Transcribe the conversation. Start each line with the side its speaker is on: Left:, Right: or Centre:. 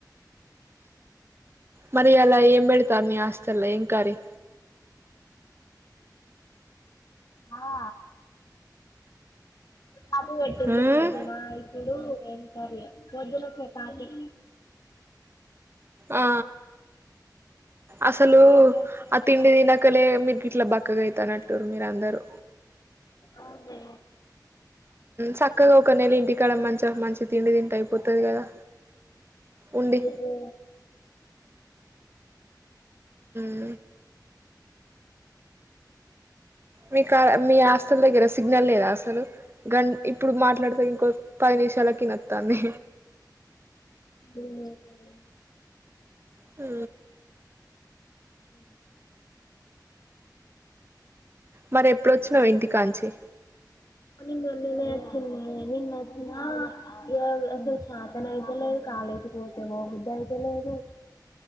Right: మరి ఇయలా ఏం పెడతారు మీ హాస్టళ్ల ఏం కర్రి
Left: ఆ చపాతి వెట్టిల్లు
Right: ఉమ్
Left: పొద్దున ఇప్పుడు ఏ కర్రి గా పొద్దున చపాతీ
Right: ఆ అసలు
Left: ఏం పెడతారో
Right: ఆ
Left: ఏం
Right: తిండి తినకలే మీరుకి ఇట్లా బక్కగా అైతానట్టుారు మీరు అందరుూ
Left: అవునే
Right: సక్కగా ఒక నెల ఇంటి కాడ మంచిగా మంచి తిండి తింటే అయిపోతది కదా ఉండి
Left: ఇంగైతే
Right: ఉ మీ కడ మీ హాస్టల్ దగ్గర సిగ్నల్ లేదా అసలు గం ఇప్పుడు మాట్లాడుతే ఇంకో పది నిమిషాలకి వినతంది
Left: అవున సరే
Right: ఉ
Left: అ
Right: మరి ఎప్పుడొచ్చినావు ఇంటి కాంచి
Left: ని మొన్ననే అచిన్నె నిన్న వచ్చిన ఈరోజు అసలు శాతన అయితలేదు కాలు బయటికి పోతే పోబుద్ధైతలేదు